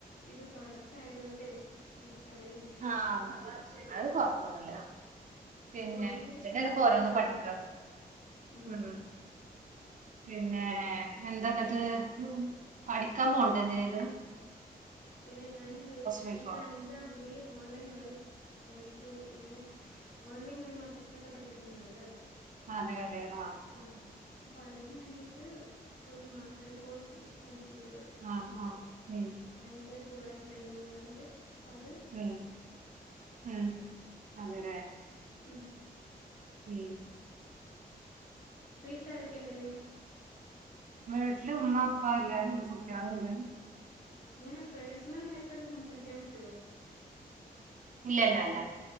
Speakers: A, on the left; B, on the right.
A: ഇത് തുടക്കായതോണ്ടെ എനിക്കറിയില്ല ട്ടോ
B: ആഹ് അത് കൊഴപ്പൊന്നുല്ല പിന്നെ
A: ചെറിയൊരു
B: ന്നട്ടല്ലേ
A: സ്റ്റാർട്ടിങ്
B: പ്പോ ഓരോന്ന്
A: ട്രബിള്
B: പഠിക്കാ
A: ഉം
B: ഉ പിന്നെ എന്താ ന്നട്ട് പഠിക്കാം പോവ്ണ്ടോ ന്തേനേലും
A: ഇല്ല ഞാന്
B: വൈഫോ
A: എനിക്ക് അഞ്ചാംന്തി ഓൺലൈൻ വഴി എം ക്യൂ ടി ഞാന് ഓൺലൈൻ വഴി മദ്രസക്കെ പഠിപ്പിക്കുന്നുണ്ടല്ലോ
B: ആ അതെ അതെ ആവ്
A: ആ പ്പ അതിന് വേണ്ടിട്ട് ഒരു മാസ്ത്തെ ഒരു കോഴ്സ്ണ്ട് എംബ്യുട്ടീ പറയും.
B: ആഹ് ആഹ് ഉം
A: മെന്റർ കുറാൻ ട്രെയിനിങ്ന്നറഞ്ഞിട്ട് പ്പഅത്
B: ഉം ആ അതേലെ?
A: ഉം
B: ഉം
A: വീട്ടിലാരാക്കെണ്ട്?
B: വീട്ടില് ഉമ്മ ഉപ്പ എല്ലാരുണ്ട് കുട്ടികള് എല്ലാരുണ്ട്
A: ങ്ങനെ പേഴ്സണൽ മാട്രോക്കെ സംസാരിക്കാൻ പറ്റുവോ?
B: ഇല്ലല്ല അല്ല